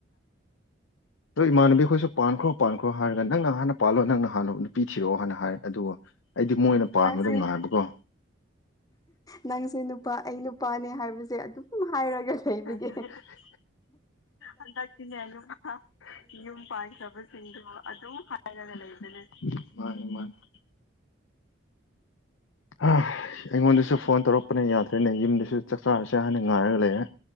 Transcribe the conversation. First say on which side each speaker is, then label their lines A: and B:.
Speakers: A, on the left (about 75°); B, on the left (about 20°).
A: ꯏꯃꯥꯟꯅꯕꯤ ꯑꯩꯈꯣꯏꯁꯨ ꯄꯥꯟꯈ꯭ꯔꯣ- ꯄꯥꯟꯈ꯭ꯔꯣ ꯍꯥꯏꯔꯒ ꯅꯪꯅ ꯍꯥꯟꯅ ꯄꯥꯜꯂꯣ ꯅꯪꯅ ꯍꯥꯟꯅ ꯅꯨꯄꯤ ꯊꯤꯔꯛꯑꯣ ꯍꯥꯏ ꯑꯗꯨꯒꯥ ꯑꯩꯗꯤ ꯃꯣꯏꯅꯥꯄꯥꯟꯕꯗꯣ
B: ꯅꯪꯁꯦ
A: ꯉꯥꯏꯕꯀꯣ
B: ꯅꯪꯁꯦ ꯅꯨꯄꯥ ꯑꯩ ꯅꯨꯄꯥꯅꯦ ꯍꯥꯏꯕꯁꯦ ꯑꯗꯨꯝꯎꯝ ꯍꯥꯏꯔꯒ ꯂꯩꯕꯒꯤ
A: INAUDIBLE ꯍꯟꯗꯛꯇꯤꯅꯦ ꯅꯨꯄꯥꯑꯥ ꯌꯨꯝ ꯄꯥꯟꯈ꯭ꯔꯕꯁꯤꯡꯗꯣ ꯑꯗꯨꯝ ꯍꯥꯏꯔ ꯔꯒ ꯂꯩꯕꯅꯦ ꯃꯥꯟꯅꯤꯃꯥꯟꯅꯤ ꯑꯩꯁ ꯑꯩꯉꯣꯟꯗꯁꯨ ꯐꯣꯟ ꯇꯧꯔꯛꯄꯅ ꯌꯥꯗ꯭ꯔꯦꯅꯦ ꯌꯨꯝꯗꯁꯨ ꯆꯥꯛ- ꯆꯥꯔꯁꯦ ꯍꯥꯢꯅ ꯉꯥꯏꯔꯒ ꯂꯩꯔꯦ